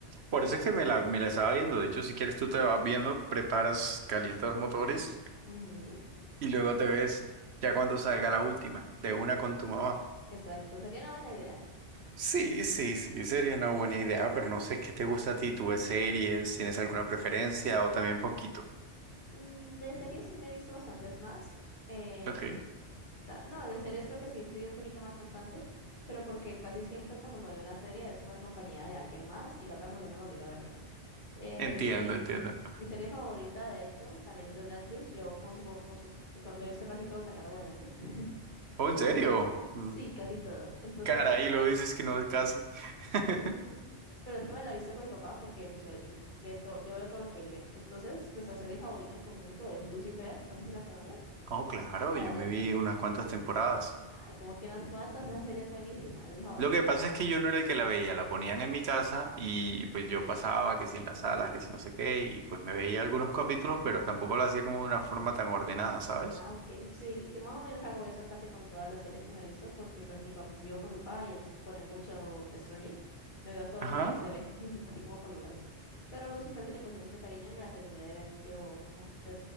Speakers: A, on the right; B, on the left.
A: Por eso es que me la, me la estaba viendo. De hecho, si quieres, tú te vas viendo, preparas, calientas motores
B: Ujú,
A: y luego te ves ya cuando salga la última, de una con tu mamá.
B: Exacto, sería una buena idea.
A: Sí, sí, sí, sería una buena idea, pero no sé qué te gusta a ti. ¿Tú ves series? ¿Tienes alguna preferencia o también poquito?
B: Mm, De series sí me he visto bastantes más. Eh,
A: Ok,
B: ta- no, de series creo que sí fui un poquito más constante, pero porque casi siempre cuando me veo una serie es como en compañía de alguien más y la otra persona me obliga a vérmela. Eh,
A: entiendo,
B: mi, se-
A: entiendo.
B: Mi serie favorita, de hecho, también es de Netflix. Yo consumo, consu- me, con- me he visto casi todo el catálogo de Netflix. <laughs>
A: Oh, ¿en
B: En-
A: serio? Mm,
B: sí, casi todo. Entonces
A: Caray,
B: me...
A: lo dices que no es casi. <laughs>
B: <laughs> Pero es que me la he visto con mi papá porque pues él, él ve todo, yo veo todo lo que él ve. Entonces, nuestra serie favorita en conjunto es Lucifer. No sé si la conoces.
A: Oh, claro,
B: La
A: yo
B: de Netflix.
A: me vi unas cuantas temporadas.
B: Ay, como que unas cuantas. Esa serie es buenísima. Es mi favorita.
A: Lo que pasa es que yo no era el que la veía, la ponían en mi casa y pues yo pasaba que si en las
B: <laughs>
A: salas, que si no sé qué, y pues me veía algunos capítulos, pero tampoco lo hacía como de una forma tan ordenada, ¿sabes?
B: Ah, ok. Sí, yo más o menos hago eso casi con todas las series que me he visto, porque pues mi papá, vivo con mi papá y él pone mucho streaming. Me veo todo
A: Ajá.
B: lo que él se ve, <laughs> así como por los laditos. Pero Lucifer sí le cogí mucho cariño me la terminé de ver yo, com- yo,